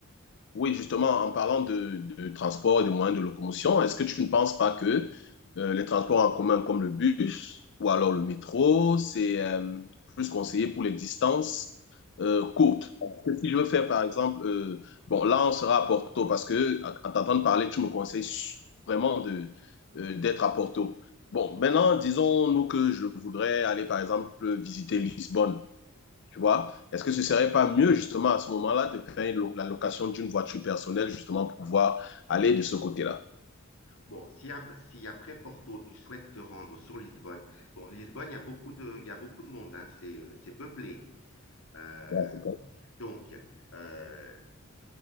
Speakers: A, on the left; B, on the left.
A: Oui, justement, en parlant de, de transport et de moyens de locomotion, est-ce que tu ne penses pas que euh, les transports en commun comme le bus ou alors le métro, c'est euh, plus conseillé pour les distances euh, courtes? Parce que si je veux faire, par exemple, euh, bon, là, on sera à Porto parce que, en en t'entendant parler, tu me conseilles su- vraiment de, euh, d'être à Porto. Bon, maintenant, disons-nous que je voudrais aller, par exemple, visiter Lisbonne. Tu vois? Est-ce que ce serait pas mieux, justement, à ce moment-là, de faire une lo- la location d'une voiture personnelle, justement, pour pouvoir aller de ce côté-là?
B: Bon, si, ap- si après Porto, tu souhaites te rendre sur Lisbonne, bon, Lisbonne, il y a beaucoup de, il y a beaucoup de monde, hein, c'est euh, c'est peuplé. Euh,
A: Ouais, c'est bon.
B: donc, euh,